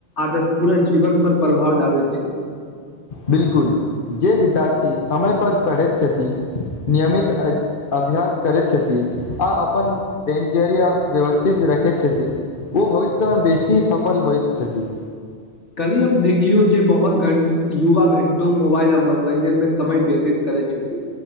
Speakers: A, on the left; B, on the left.
A: आदत पूरा जीवन पर प्रभाव डालैत छै
B: बिल्कुल जे विद्यार्थी समय पर पढ़े छथि नियमित ऐत अभ्यास करैत छथि आ अपन दिनचर्या व्यवस्थित रखैत छथिन ओ भविष्यमे बेसी सफल होइत छथि
A: कल्हि हम देखलियो जे बहुत गण युवा घंटो मोबाइल आ मनोरंजन में समय व्यतीत करैत छथि